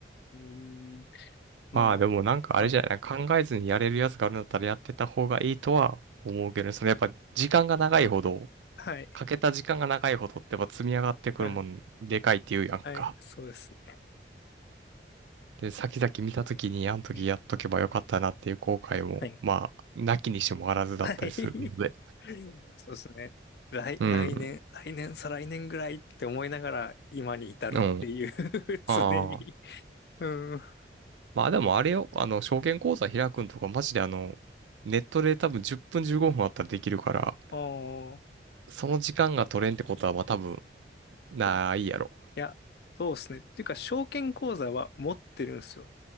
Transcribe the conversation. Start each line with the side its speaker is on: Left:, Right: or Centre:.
Left: ん。ま
Right: まあでもなんかあれじゃない考えずにやれるやつがあるんだったらやってた方がいいとは思うけどね。
Left: あ、はい。
Right: そのやっぱ時間が長いほど、
Left: はい。
Right: かけた時間が長いほどってやっぱ積み上がってくるもんでかいっていうやんか。
Left: <laughs> あはい。そうです
Right: で、先々見た時にあの時やっとけばよかったなっていう後悔も、
Left: ね。はい。
Right: まあ、なきにしもあらずだったりするので。
Left: はい。<laughs> そうですね。来、
Right: うん。
Left: 来年、来年、再来年ぐらいって思いながら今に至るっていう
Right: うん。
Left: <laughs> 常に。
Right: ああ。
Left: うん。あ
Right: まあでもあれよ、あの、証券口座開くんとかマジであの、ネットで多分10分15分あったらできるから、
Left: あ、そ
Right: その時間が取れんってことはまあ多分ないやろ。
Left: う、いや、そうですね。っていうか、証券口座は持ってるんですよ。